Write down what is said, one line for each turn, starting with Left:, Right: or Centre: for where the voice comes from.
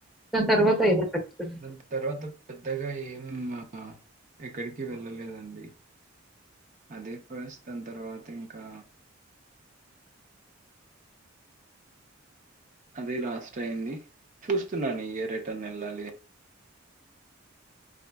Centre: దాని తర్వాత ఏదో చెప్ తుర్
Right: దాని తర్వాత పెద్దగా ఏం మా హా ఎక్కడికి వెళ్ళలేదండి అదే ఫస్ట్ దాని తర్వాత ఇంకా అదే లాస్ట్ అయింది చూస్తున్నాను ఈ ఇయర్ ఎట్ అయినా వెళ్లాలని